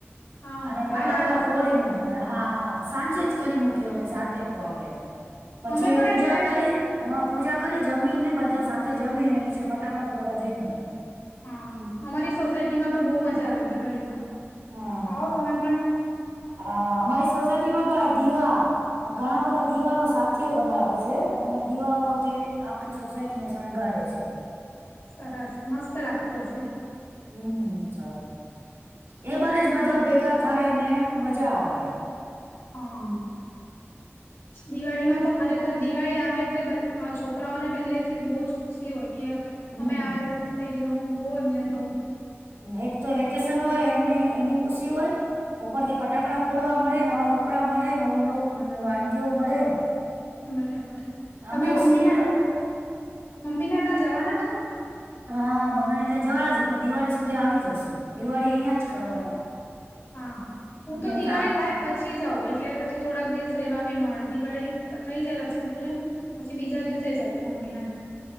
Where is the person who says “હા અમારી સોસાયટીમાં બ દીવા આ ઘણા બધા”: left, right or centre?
Right